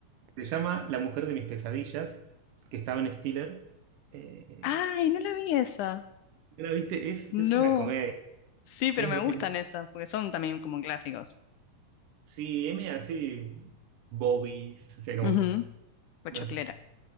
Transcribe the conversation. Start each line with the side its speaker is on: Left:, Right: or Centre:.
Right: se llama La mujer de mis pesadillas, que estaba en Stiller. Eh,
Left: Ay, no la vi esa.
Right: ¿la viste? Es,
Left: No.
Right: es una comedia.
Left: Sí, pero
Right: Es,
Left: me
Right: es-
Left: gustan esas, porque son también como clásicos.
Right: sí, es medio así, Bobby, o sea, como.
Left: Ujú. Pochoclera.
Right: no.